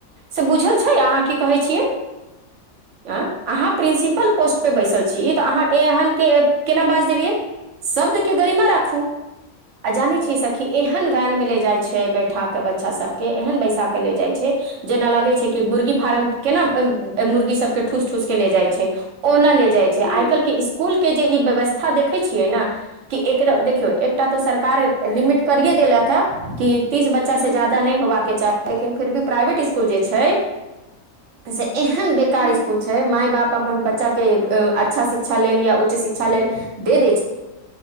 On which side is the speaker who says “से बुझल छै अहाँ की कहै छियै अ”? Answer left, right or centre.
Right